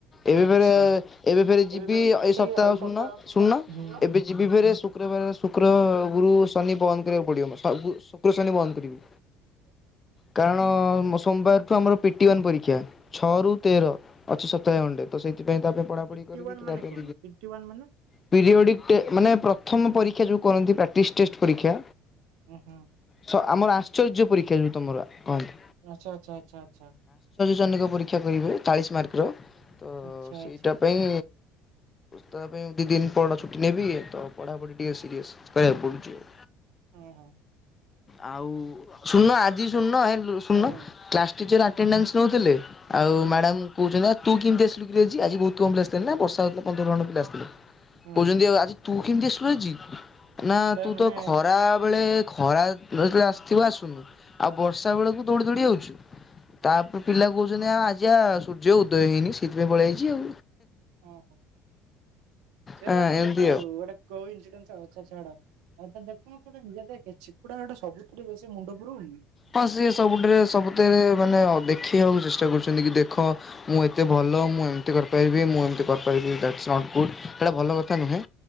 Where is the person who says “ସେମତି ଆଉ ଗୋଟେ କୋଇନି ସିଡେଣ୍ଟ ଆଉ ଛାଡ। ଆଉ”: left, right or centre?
Right